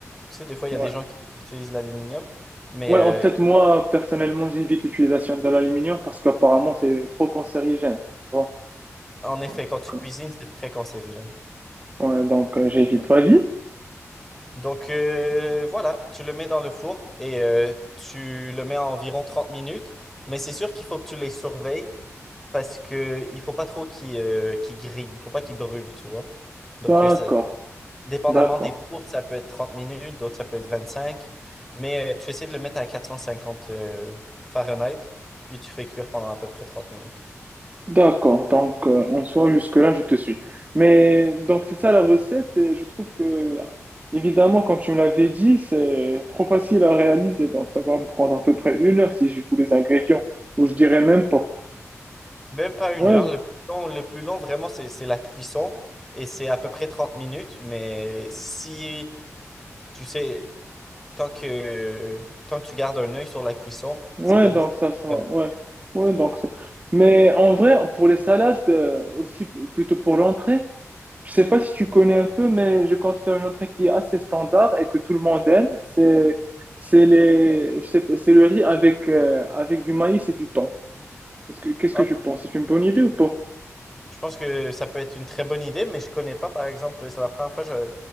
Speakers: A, in the centre; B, on the right.
A: sais, des fois, il
B: Ouais.
A: y a des gens qui utilisent l'aluminium, mais
B: Ouais,
A: euh,
B: en fait, moi, personnellement, j'évite l'utilisation de l'aluminium parce qu'apparemment, c'est trop cancérigène. Bon,
A: en effet,
B: donc,
A: quand tu cuisines,
B: euh,
A: c'est très cancérigène.
B: ouais, donc euh, j'évite. Vas-y.
A: Donc euh, voilà, tu le mets dans le four et euh, tu le mets à environ 30 minutes. Mais c'est sûr qu'il faut que tu les surveilles parce que il faut pas trop qu'ils euh, qu'ils grillent, il faut pas qu'ils brûlent, tu vois. Donc
B: D'accord,
A: euh, ça- dépendamment
B: d'accord.
A: des fours, ça peut être 30 minutes, d'autres ça peut être vingt cinq Mais euh, tu essaies de le mettre à 450 euh, Fahrenheit, puis tu fais cuire pendant à peu près 30 minutes.
B: D'accord, donc euh, en soi jusque-là je te suis. Mais donc c'est ça la recette et je trouve que évidemment comme tu me l'avais dit c'est trop facile à réaliser donc ça va me prendre à peu près une heure si j'ai tous les ingrédients ou je dirais même pas.
A: Même pas une
B: Ouais,
A: heure. Le plus long, le plus long vraiment, c'est c'est la cuisson et c'est à peu près 30 minutes. Mais si tu sais. Tant que, tant que tu gardes un œil sur la cuisson,
B: ouais
A: c'est pas nécessairement
B: donc ça sera
A: très lourd.
B: ouais ouais donc c'est. Mais en vrai pour les salades euh, aussi p- plutôt pour l'entrée Je sais pas si tu connais un peu, mais je compte faire une entrée qui est assez standard et que tout le monde aime. C'est, c'est les, je sais pas, c'est le riz avec, euh, avec du maïs et du thon. Est-ce que, qu'est-ce
A: Ah,
B: que tu penses? C'est une bonne idée ou pas?
A: je pense que ça peut être une très bonne idée, mais je connais pas, par exemple, c'est la première fois, je